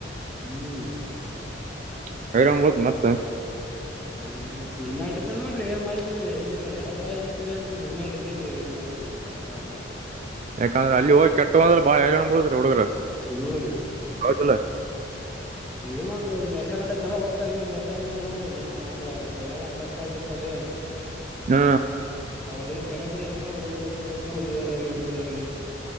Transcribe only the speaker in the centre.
ಹ್ಮ್
ಅದ ನಮ್ಮೇಲ್ ಡಿಪೆಂಡ್ ನೋಡ್ರಿ ಏನ್ ಮಾಡಿದ್ರು ಎಲ್ಲಿ ಕ ಯಾವ್. ಕಾಲೇಜ್ ಹಚ್ಛಿರೇನ್ರಿ ನಮ್ಮ್ಯಾಲ್ ಡಿಪೆಂಡ್ರಿ ಏನ್ ಮಾಡದು ಮಾಡಲಾಗದು.
ಹ್ಮ್ ರೀ
ಏನ್ ಒಂದ್ ಒಂದ್ ವರ್ಷಗಂಟ ಚಲೋ ಓದ್ತಾರಿ, ಒಂದ್ ವರ್ಷ ಆದ್ಮೇಲೆ ನೋಡ್ರಿ ಮತ್ತ್ ಆಮೇಲ್ ಯಾವ್ದನ ಪರ್ಚಯ ಆಗಿರ್ತಾರಿ.
ಅವಾಗಲೇ ಕೆಡದ್ರೆ ಎಲ್ಲ ಹುಡ್ಗುರು <unintelligible> ಹುಡುಗ್ರಾಲಿ ಹುಡಿರಾಗ್ಲಿ.